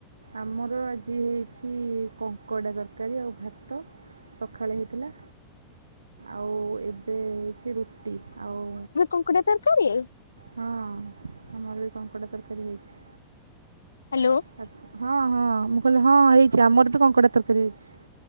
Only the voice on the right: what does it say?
ଆମର ଆଜି ହେଇଛି କଙ୍କଡ଼ା ତରକାରୀ ଆଉ ଭାତ। ସଖାଳେ ହେଇଥିଲା ଆଉ ଏବେ ହେଇଛି ରୁଟି ଆଉ
ହଁ ଆମର ବି କଙ୍କଡ଼ା ତରକାରୀ ହେଇଛି।
ଆ ହଁ ହଁ ମୁଁ କହିଲି ହଁ ହେଇଛି ଆମର ବି କଙ୍କଡ଼ା ତରକାରୀ ହେଇଛି।